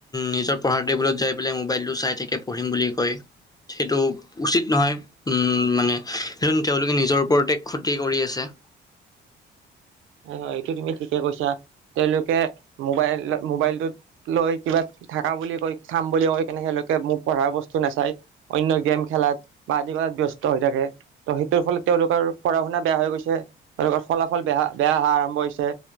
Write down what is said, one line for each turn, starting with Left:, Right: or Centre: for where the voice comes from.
Left: নিজৰ পঢ়াৰ টেবুলত যাই পেলাই মোবাইলটো চাই থাকে পঢ়িম বুলি কয়। সেইটো উচিত নহয়। উম মানে তেওঁলোকে নিজৰ ওপৰতে ক্ষতি কৰি আছে।
Right: হয় এইটো তুমি ঠিকে কৈছা তেওঁলোকে মোবাইল মোবাইলটোত লৈ কিবা থাকা বুলি কৈ চাম বুলি কৈ কিন্তু তেওঁলোকে মোক পঢ়াৰ বস্তু নাচায়। অন্য গেম খেলাত বা আদি কৰাত ব্যস্ত হৈ থাকে। ত' সেইটোৰ ফলত তেওঁলোকৰ পঢ়া শুনা বেয়া হৈ গৈছে তেওঁলোকৰ ফলাফল বেয়া। বেয়া অহা আৰম্ভ হৈছে